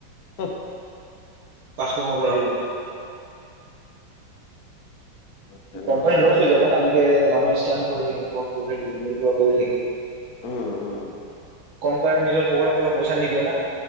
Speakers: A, on the left (about 55°); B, on the right (about 80°).
A: উম'।
B: কাষ্টমাৰ পৰা
A: তেনেহ'লে
B: কোম্পানী লচ হৈ যাব না এনেকে মানুহে স্কেন কৰি থাকিলে প কৰি থাকে কিবা কৰি থাকিলে।
A: উম, উম।
B: কোম্পানী নিজৰ পকেটত পইচা নিদিয়ে ন।